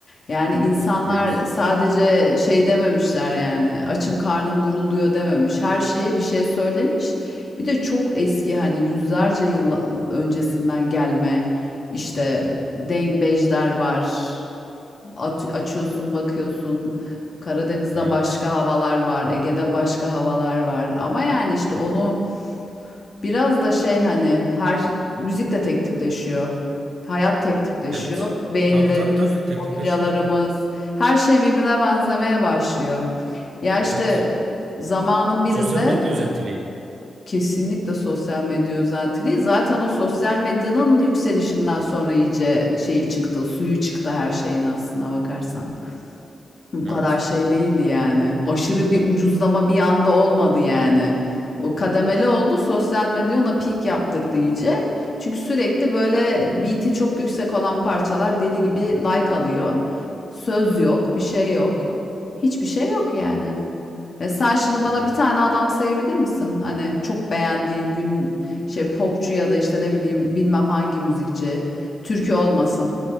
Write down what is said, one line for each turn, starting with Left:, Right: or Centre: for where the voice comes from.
Left: Yani insanlar
Right: Evet,
Left: sadece şey dememişler yani açım karnım gurulduyor dememiş. Her şeye bir şey söylemiş. Bir de çok eski hani yüzlerce yıl öncesinden gelme işte dengbejler var. At- açıyorsun bakıyorsun. Karadeniz'de
Right: evet,
Left: başka havalar var, Ege'de başka havalar var. Ama yani işte onu biraz da şey hani her müzik de tek tipleşiyor. Hayat tek tipleşiyor.
Right: evet.
Left: Beğenilerimiz,
Right: Tabii tabii tabii teknikleşiyor.
Left: mobilyalarımız, her şey birbirine benzemeye başlıyor. Ya işte
Right: Evet.
Left: zamanın birinde
Right: Sosyal medya özentiliği.
Left: Kesinlikle sosyal medya özenti Zaten o sosyal medyanın yükselişinden sonra iyice şeyi çıktı, suyu çıktı her şeyin aslına bakarsan. Bu
Right: Evet.
Left: kadar şey değildi yani. Aşırı bir ucuzlama bir anda olmadı yani. O kademeli oldu. Sosyal medya ona peak yaptırdı iyice. Çünkü sürekli böyle beat'i çok yüksek olan parçalar deli gibi like alıyor. Söz yok, bir şey yok. Hiçbir şey yok yani. E sen şimdi bana
Right: Hı.
Left: bir tane adam sayabilir misin? Hani çok beğendiğin gün şey popçu ya da işte ne bileyim bilmem hangi müzikçi. Türkü olmasın.